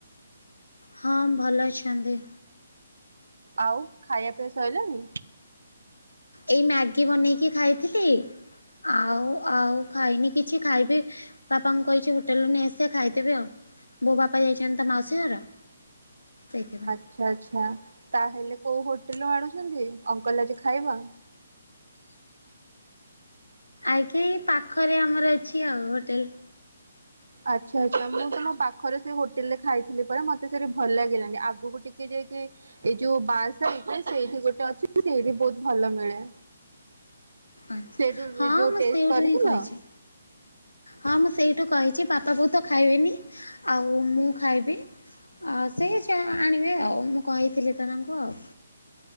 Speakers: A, on the left; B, on the right.
A: ହଁ ଭଲ ଅଛନ୍ତି।
B: ଆଉ ଖାଇବା ପିଇବା ସରିଲଣିି?
A: ଏଇ ମ୍ୟାଗି ବନେଇକି ଖାଇଥିଲି। ଆଉ ଆଉ ଖାଇନି କିଛି ଖାଇବି। ବାପାଙ୍କୁ କହିଛି ହୋଟେଲରୁୁ ନେଇ ଆସିବେ ଖାଇଦେବେ ଆଉ ବୋଉ ବାପା ଯାଇଛନ୍ତି ତା ମାଉସୀ ଘର। ସେଇଥି ପାଇଁ।
B: ଆଚ୍ଛା ଆଚ୍ଛା ତାହେଲେ କୋଉ ହୋଟେଲରୁୁ ଆଣୁଛନ୍ତି ଅଙ୍କଲ ଆଜି ଖାଇବା?
A: ଆଜ୍ଞା ଏଇ ପାଖରେ ଆମର ଅଛି ଆଉ ହୋଟେଲ।
B: ଆଛା ଆଛା ମୁଁ ତୁମ ପାଖରେ ସେ ହୋଟେଲ ରେ ଖାଇଥିଲି ପରା ମତେ ସେଠି ଭଲ ଲାଗିଲାନି। ଆଗକୁ ଟିକେ ଯାଇକି ଏଇ ଯୋଉ ବାର ସାଇଟ ରେ ସେଇଠି ଗୋଟେ ଅଛି ସେଇଠି ବହୁତ ଭଲ ମିଳେ।
A: ଆଚ୍ଛା
B: ସେଇଠୁ
A: ହଁ
B: ଯୋଉ
A: ମୁଁ
B: ଟେଷ୍ଟ
A: ସେଇଠୁ
B: କରିଥିଲ?
A: ହିଁ କହିଛି। ହଁ ମୁଁ ସେଇଠୁ କହିଛି ବାପା ବୋଉ ତ ଖାଇବେନି ଆଉ ମୁଁ ଖାଇବି। ଆ ସେ ଯାହା ଆଣିବେ ଆଉ ମୁଁ କହିଥିଲି ତ ତାଙ୍କୁ ଆଉ।